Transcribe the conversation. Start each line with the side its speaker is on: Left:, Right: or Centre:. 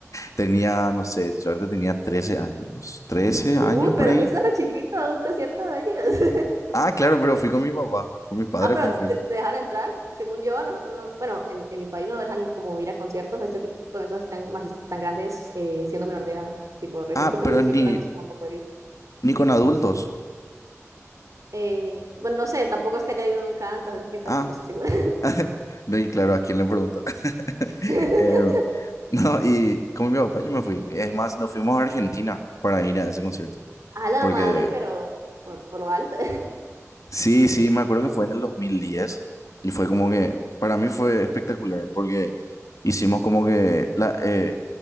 Left: Tenía, no sé, suerte tenía 13 años, 13
Right: Uy,
Left: años por
Right: pero
Left: ahí.
Right: fuiste re chiquito a un concierto de ellos.
Left: Ah, claro, pero fui con mi papá,
Right: <laughs>
Left: con mis padres
Right: ah, pero
Left: me fui.
Right: te, te dejan entrar. Según yo, a nosotros no, bueno, en, en mi país no dejan como ir a conciertos, a este tipo de eventos así tan, magis- tan grandes, eh, siendo menor de edad. Tipo, recién
Left: Ah,
Right: cumplí
Left: pero
Right: los 18
Left: ni,
Right: años como para poder ir.
Left: ni con adultos.
Right: Eh, bueno, no sé, tampoco es que haya ido nunca antes, así que tampoco
Left: Ah,
Right: estoy segura.
Left: <laughs> no, y claro, ¿a quién le pregunto? <laughs>
Right: <laughs>
Left: Eh, no, y con mi papá yo me fui. Es más, nos fuimos a Argentina para ir a ese concierto,
Right: a la
Left: porque
Right: madre, pero por, por lo alto.
Left: Sí, sí, me acuerdo que fue en el 2010 y fue como que, para mí fue espectacular porque hicimos como que, la, eh,